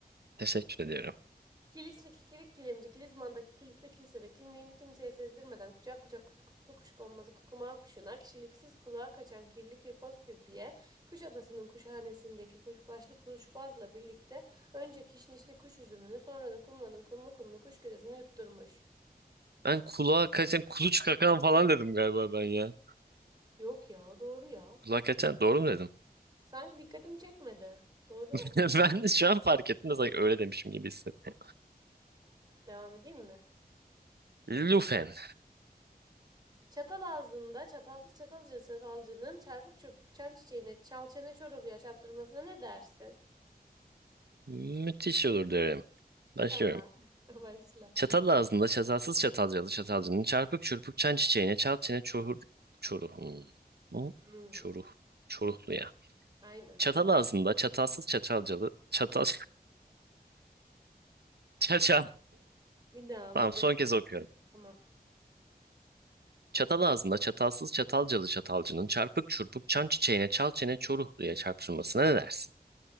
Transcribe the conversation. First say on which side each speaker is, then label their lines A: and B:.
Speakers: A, on the right; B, on the right.
A: Teşekkür ediyorum.
B: Kilisli kikirik kilimci, Kilizman'daki kilitli kilisede kimliğini kimseye sezdirmeden kucak kucak kuskuslu kuşkonmazı kukumağı kuşuna, kişiliksiz kulağa kaçan kirli kirpoz kürpiye, Kuşadası'nın kuşhanesindeki kuşbaşlı kuşbazla birlikte önce kişnişli kuş üzümünü sonra da kumlanın kumlu kumlu kuş küresini yutturmuş.
A: Ben kulağa kaçan kuluç kakan falan dedim galiba ben ya.
B: Yok ya, doğru ya.
A: Kulağa kaçan doğru mu dedim?
B: Sanki dikkatimi çekmedi. Doğru
A: <laughs>
B: okudum.
A: Ben de şu an fark ettim de sanki öyle demişim gibi hissettim.
B: Devam edeyim mi?
A: Lufen.
B: Çatal ağzında çatalsız çatalcı çatalcının çarpık çırpık çan çiçeğine çal çene çor oluyor çarptırmasına ne dersin?
A: Müthiş olur derim. Başlıyorum.
B: Tamam. <laughs> Başla.
A: Çatal ağzında çatalsız çatalcalı çatalcının çarpık çırpık çan çiçeğine çal çene çoruh çoruh. Hmm. Bu
B: Hmm,
A: Çoruh. Çoruhlu ya.
B: aynen.
A: Çatal ağzında çatalsız çatalcalı çatal <laughs> çaçal.
B: Bir daha al
A: Tamam
B: hadi.
A: son kez okuyorum.
B: Tamam.
A: Çatal ağzında çatalsız çatalcalı çatalcının çarpık çurpuk çan çiçeğine çal çene çoruhluya çarpışmasına ne dersin?